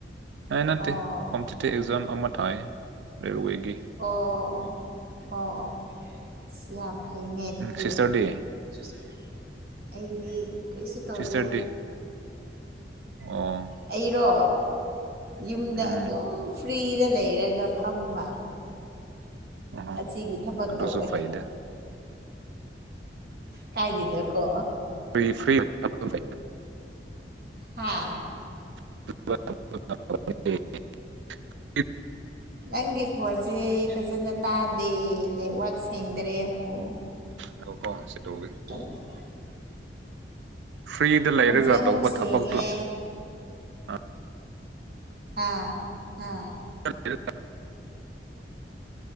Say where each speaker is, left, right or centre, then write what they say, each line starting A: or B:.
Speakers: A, on the right; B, on the right.
A: ꯑ‌ꯦ ꯅꯠꯇ‌ꯦ
B: ꯑꯣ
A: ꯀꯝꯄꯤꯇꯤꯚ ꯑꯦꯛꯖꯥꯝ ꯑꯃ ꯊꯥꯏꯌꯦ ꯔꯦꯜꯋ‌ꯦꯒꯤ
B: ꯑꯣ ꯑꯣ ꯑꯣ ꯑꯣ ꯑꯣ ꯑꯁ ꯌꯥꯝ ꯐꯩꯅꯦ ꯑꯗꯨꯗꯤ
A: ꯎꯝ ꯁꯤꯁꯇꯔꯗꯤ
B: ꯁꯤꯁꯇꯔ ꯍ‌ꯣꯏꯗꯤ ꯑꯩꯗꯤ ꯀꯔꯤꯁꯨ ꯇꯧꯗꯦ
A: ꯁꯤꯁꯇꯔꯗꯤ ꯑꯣ
B: ꯑꯩꯔꯣ ꯌꯨꯝꯗ
A: ꯎꯝ
B: ꯑꯗꯨꯝ ꯐ꯭ꯔꯤꯗ ꯂꯩꯔꯒ ꯐꯝꯕ
A: ꯑꯣꯍꯣ
B: ꯑꯁꯤꯒꯤ ꯊꯕꯛ
A: ꯑꯗꯨꯁꯨ
B: ꯇꯧꯋꯦ
A: ꯐꯩꯗ
B: ꯀꯥꯏꯗꯤꯗꯀꯣ
A: ꯐ꯭ꯔꯤ ꯐ꯭ꯔꯤ <unintelligible>
B: ꯍꯥꯥ
A: <unintelligible>
B: ꯅꯪꯒꯤ ꯈꯣꯟꯖꯦ ꯐꯖꯅ ꯇꯥꯗꯦ ꯅꯦꯠꯋꯥꯛ ꯁꯦꯡꯗꯔꯦ ꯑꯃꯨꯛ
A: ꯉꯥꯏꯈꯣꯀꯣ ꯁꯤ ꯇꯩꯒꯦ
B: <unintelligible>
A: <unintelligible> ꯐ꯭ꯔꯤꯗ ꯂꯩꯔꯒ
B: ꯍꯧꯖꯤꯛ ꯑꯃꯨꯛ
A: ꯇꯧꯕ
B: ꯁꯦꯡꯉꯦ
A: ꯊꯕꯛꯇꯣ ꯑ
B: ꯑꯥ ꯑꯥ
A: <unintelligible>